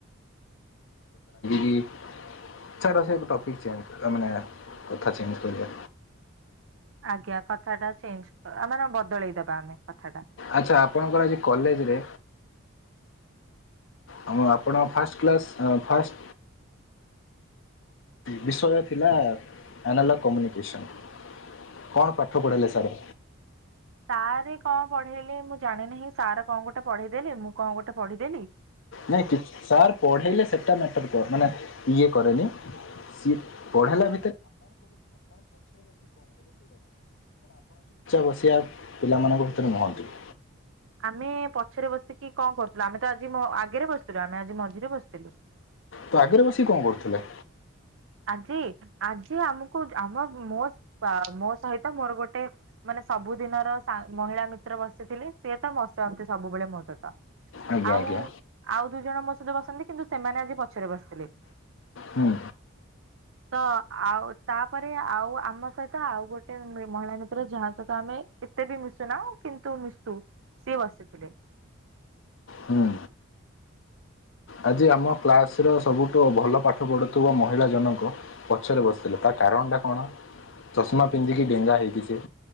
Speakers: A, on the left; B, on the right.
A: କି <unintelligible> ସେଟା ସେ ଟପିକ୍ ଚେଞ୍ଜ ମାନେ କଥା ଚେଞ୍ଜ କରିବା।
B: ଆଜ୍ଞା କଥା ଟା ଚେଞ୍ଜ ମାନେ ବଦଳେଇ ଦବା ଆମେ କଥା ଟା
A: ଆଚ୍ଛା ଆପଣଙ୍କର ଆଜି କଲେଜରେ ଆ ଆପଣ ଫାଷ୍ଟ କ୍ଲାସ୍ ଫାଷ୍ଟ ବିଷୟ ଥିଲା ଆନାଲଗ କମ୍ୟୁନିକେସନ୍ କଣ ପାଠ ପଢ଼ିଇଲେ ସାର୍?
B: ସାର କଣ ପଢେଇଲି ମୁଁ ଜାଣି ନାହିଁ, ସାର କଣ ଗୋଟେ ପଢେଇଦେଲେ, ମୁଁ କଣ ଗୋଟେ ପଢ଼ିଦେଲି
A: ନାଇଁ କି ସାର୍ ପଢ଼େଇଲେ ସେଟା ମ୍ୟାଟର କର ମାନେ ଇଏ କରେନି? <unintelligible> ଉଚ୍ଚା ବସିିଆ ପିଲାମାନଙ୍କ ଭିତରେ ନୁହନ୍ତି।
B: ହଁ <inaudible> ଆମେ ପଛରେ ବସିକି କଣ କରୁଥିଲୁ ଆମେ ତ ଆଜି ଆଗରେ ବସିଥିଲୁ ଆମେ ଆଜି ମଝିରେ ବସିଥିଲୁ
A: ତ ଆଗରେ ବସିିକି କଣ କରୁଥିଲେ?
B: ଆଜି ଆଜି ଆମକୁ ଆମ ମୋ ମୋ ସହିତ ମୋର ଗୋଟେ ମାନେ ସବୁଦିନର ମହିଳା ମିତ୍ର ବସିଥିଲେ, ସିଏ ତ ବସନ୍ତି ସବୁବେଳେ ମୋ ସହିତ
A: ଆଜ୍ଞା
B: ଆଉ
A: ଆଜ୍ଞା
B: ଆଉ ଦୁଇ ଜଣ ମୋ ସହିତ ବସନ୍ତି କିନ୍ତୁ ସେମାନେ ଆଜି ପଛରେ ବସିଥିଲେ।
A: ହୁଁ
B: ତ ଆଉ ତାପରେ ଆଉ ଆମ ସହିତ ଆଉ ଗୋଟେ ମହିଳା ମିତ୍ର ଯାହା ସହିତ ଆମେ କେତେ ବି ମିଶୁନା କିନ୍ତୁ ମିଶୁ ସିଏ ବସିଥିଲେ। <inaudible>
A: ହୁଁ ଆଜି ଆମ କ୍ଲାସ ର ସବୁଠୁ ଭଲ ପାଠ ପଢୁଥିବା ମହିଳା ଜଣକ ପଛରେ ବସିଥିଲେ ତା କାରଣ ଟା କଣ? ଚଷମା ପିନ୍ଧିକି ଡେଙ୍ଗା ହେଇକି ସେ